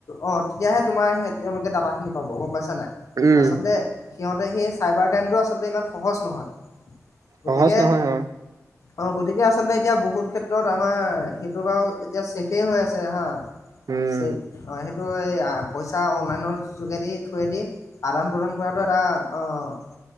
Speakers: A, on the left (about 65°); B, on the right (about 85°).
A: অ', তেতিয়াহে তোমাৰ সেই তেওঁলোকে ডাটা খিনি পাব, গম পাইছা নাই?
B: উম
A: আচলতে, সিহঁতে সেই চাইবাৰ ক্ৰাইমটো আচলতে ইমান সহজ নহয়।
B: সহজ
A: গতিকে
B: নহয়, হয়।
A: অ', গতিকে, আচলতে, এতিয়া বহুত ক্ষেত্ৰত আমাৰ সেইটো বাৰু এতিয়া চছেফে হৈ আছে, হা।
B: উম।
A: অ', সেইটো এই পইচা অনলাইনৰ যোগেদি থোৱেদি। আদান প্ৰদান কৰাটো এটা, অ'।